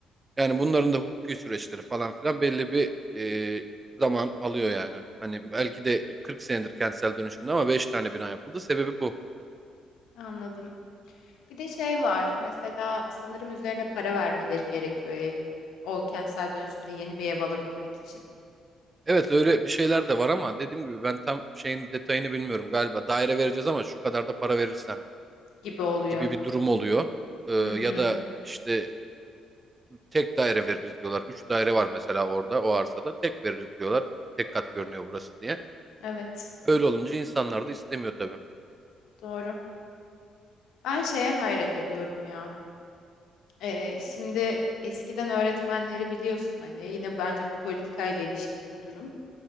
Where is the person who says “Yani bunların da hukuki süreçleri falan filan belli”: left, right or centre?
Right